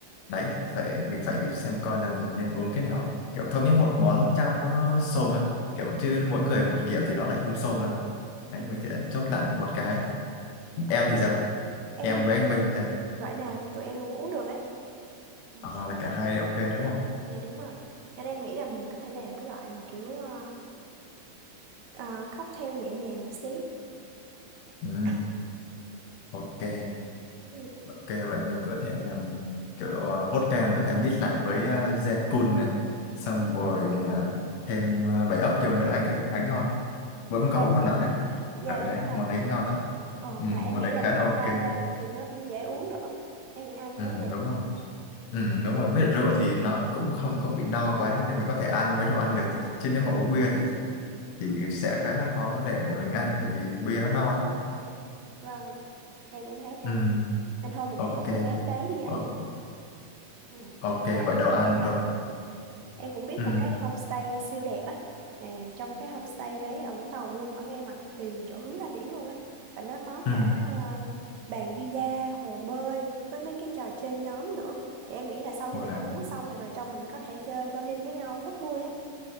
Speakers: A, on the left; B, on the right.
A: đấy phải mình phải xem coi là mình nên uống cái nào ấy. kiểu thống nhất một món cho nó xôm hơn kiểu chứ
B: Ừ.
A: mỗi người một kiểu thì nó lại không xôm lắm đấy
B: Ừ.
A: mình sẽ chốt lại một cái
B: À,
A: em thì sao
B: em
A: em
B: thì
A: với anh
B: dạ,
A: Minh thì sao
B: loại nào tụi em cũng uống được ấy. Ừ.
A: à, là cả hai ok đúng không
B: Dạ đúng rồi, nên em nghĩ là mình có thể làm cái loại mà kiểu à, à, cocktail nhẹ nhàng một xí.
A: ừ,
B: <coughs>
A: ok
B: Ừ.
A: ok vậy mình có thể làm kiểu ờ, vodka mình có thể mix lại với uh, Zekun này xong
B: Ừ.
A: rồi ờ, thêm uh, bảy ốc vô nữa anh thấy cũng khá ngon
B: Ừ.
A: bữa mình có
B: Vâng,
A: uống một lần á
B: dạ
A: ở đấy
B: đúng rồi.
A: món đấy ngon lắm
B: Ồ,
A: ừ,
B: và em
A: món
B: nghĩ
A: đấy
B: là
A: khá
B: nếu
A: là
B: mà
A: ok
B: pha ra thì nó cũng dễ uống nữa. Em nghĩ ai cũng
A: ừ,
B: uống được.
A: đúng không Ừ, đúng rồi, với lại rượu thì nó cũng không có bị no quá nên mình có thể ăn với đồ ăn được. Chứ nếu mà uống bia thì thì sẽ khá là khó để để mình ăn tại vì bia nó no lắm.
B: Vâng, em cũng thấy thế.
A: Ừ,
B: Nên thôi mình
A: ok.
B: chốt phương án đấy đi anh
A: O-
B: nhỉ. Ừ.
A: Ok,
B: Và
A: vậy đồ
B: em
A: ăn
B: ờ,
A: rồi.
B: Em cũng biết
A: Ừ,
B: một cái homestay siêu đẹp á. À, trong cái homestay đấy ở Vũng Tàu luôn, ở ngay mặt tiền chỗ hướng ra biển luôn ấy. Và nó có
A: ừ,
B: cả ờ, bàn bida, hồ bơi với mấy cái trò chơi nhóm nữa. Thì em nghĩ là sau khi
A: wow.
B: mình ăn uống xong thì vào trong mình có thể chơi bonding với nhau rất vui ấy.